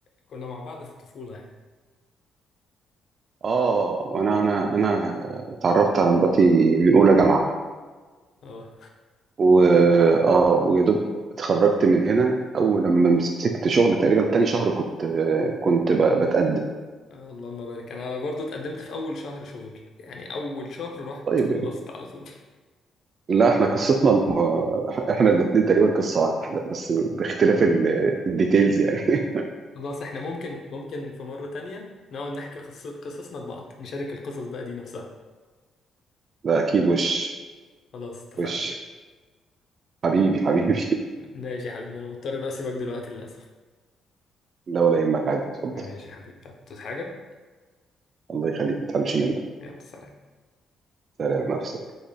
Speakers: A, on the left (about 60°); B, on the right (about 50°).
A: كنا مع بعض في الطفوله يعني
B: اه انا انا انا اتعرفت على مراتي من اولى جامعة
A: اه
B: و اه ويا دوب اتخرجت من هنا اول لما مسكت شغل تقريبا تاني شهر كنت آه، كنت ب- بتقدم
A: آه، اللهم بارك انا برضو اتقدمت في اول شهر شغل يعني اول شهر رحت
B: طيب
A: خلصت على طول
B: لا احنا قصتنا ما... احنا الاثنين تقريبا قصة واحدة بس باختلاف ال- الديتيلز يعني
A: خلاص احنا ممكن ممكن في مرة تانية نقعد نحكي قص... قصصنا لبعض نشارك القصص بقى دي نفسها
B: <laughs> ده اكيد وش
A: خلاص اتفقنا
B: وش حبيبي حبيبي
A: ماشي يا حبيبي انا مضطر بقى اسيبك دلوقتي للاسف
B: <laughs> لا ولا يهمك عادي اتفضل
A: ماشي يا حبيبي يلا، عاوز حاجة
B: الله يخليك ما تحرمش منك
A: يلا سلام
B: سلام